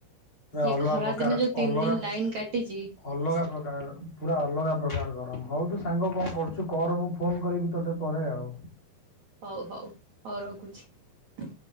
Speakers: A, on the left (about 30°); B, on the right (about 50°).
A: ପୁରା
B: ଇଏ
A: ଅଲଗା
B: ଖରା
A: ପ୍ରକାର
B: ଦିନେ ଯୋଉ ତିନି
A: ଅଲଗା
B: ଦିନ ଲାଇନ କାଟିଛି
A: ଅଲଗା ପ୍ରକାର ର ପୁରା ଅଲଗା ପ୍ରକାର ଗରମ ବହୁତୁ। ସାଙ୍ଗ କଣ କରଚୁ? ତୁ କର ମୁଁ ଫୋନ କରିବି ତତେ ପରେ ଆଉ।
B: ହଉ ହଉ ହଉ ରଖୁଛି।